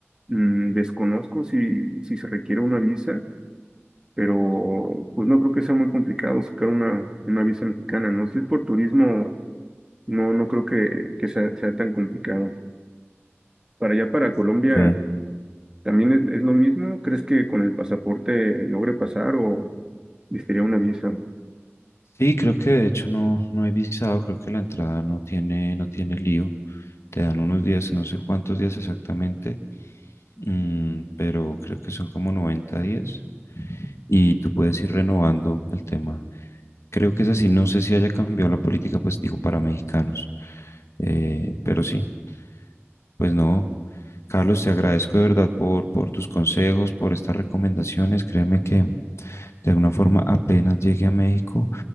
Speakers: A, on the right; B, on the left.
A: mm, desconozco si, si se requiere una visa, pero pues no creo que sea muy complicado sacar una, una visa mexicana, ¿no? Si es por turismo, no, no creo que, que sea, sea tan complicado. Para allá, para Colombia,
B: Ok.
A: ¿también es, es lo mismo? ¿Crees que con el pasaporte logre pasar o necesitaría una visa?
B: Sí, creo que de hecho no, no he visado, creo que la entrada no tiene, no tiene lío. Te dan unos días, no sé cuántos días exactamente, mm, pero creo que son como 90 días y tú puedes ir renovando el tema. Creo que es así, no sé si haya cambiado la política, pues digo, para mexicanos, eh, pero sí. Pues no, Carlos, te agradezco de verdad por, por tus consejos, por estas recomendaciones. Créeme que de alguna forma apenas llegue a México,